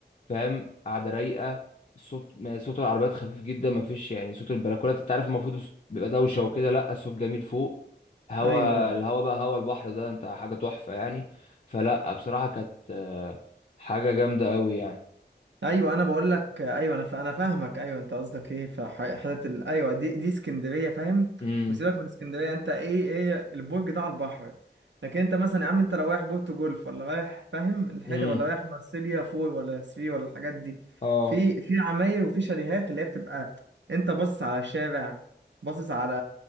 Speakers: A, on the left; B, on the right.
A: فاهم قاعده رايقه الصوت ما- صوت العربيات خفيف جدا ما فيش يعني صوت البلكونات انت عارف المفروض الص- بيبقى دوشه وكده لا الصوت جميل فوق هوا
B: ايوه أيوه.
A: الهوا بقى هوا البحر ده انت حاجه تحفه يعني فلا بصراحه كانت آه، حاجه جامده قوي يعني
B: ايوه انا بقول لك ايوه انا ف... انا فاهمك ايوه انت قصدك ايه في ح- حتت ال... ايوه دي دي اسكندريه فاهم
A: امم
B: وسيبك من اسكندريه انت ايه ايه البرج ده على البحر لكن انت مثلا يا عم انت لو رايح بورتو جولف ولا رايح فاهم الحته
A: امم
B: ولا رايح مارسيليا فور ولا سفي ولا الحاجات دي
A: اه
B: في في عماير وفي شاليهات اللي هي بتبقى انت باصص على الشارع باصص على